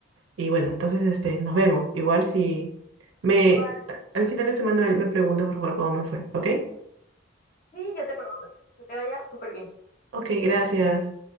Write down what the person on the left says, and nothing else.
Igual,
sí, yo te pregunto, que te vaya súper bien.